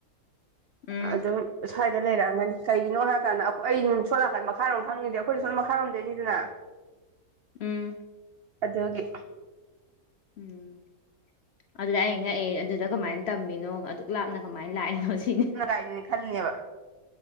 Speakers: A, on the left (about 65°); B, on the right (about 85°).
A: ꯎꯝ
B: ꯑꯗꯨꯝ ꯁ꯭ꯋꯥꯏꯗ ꯂꯩꯔꯛꯑꯝꯒꯅꯤ ꯀꯩꯒꯤꯅꯣ ꯍꯥꯏꯔꯀꯥꯟꯗ ꯑꯩ ꯁꯣꯝꯅꯀꯟ ꯃꯈꯥꯔꯣꯝ ꯈꯪꯉꯗꯤ ꯑꯩꯈꯣꯏꯁꯨ ꯁꯣꯝ ꯃꯈꯥꯔꯣꯝꯗꯩꯅꯤꯗꯅ <inaudible>
A: ꯎꯝ
B: ꯑꯗꯨꯒꯤ
A: ꯎꯝ ꯑꯗꯨꯗ ꯑꯩꯅ ꯉꯛꯑꯦ ꯑꯗꯨꯗ ꯀꯃꯥꯏꯅ ꯇꯝꯃꯤꯅꯣ ꯑꯗꯨꯛ ꯂꯥꯞꯅ ꯀꯃꯥꯏꯅ ꯂꯥꯛꯏꯅꯣ ꯁꯤꯅꯤ
B: <unintelligible> ꯈꯜꯅꯦꯕ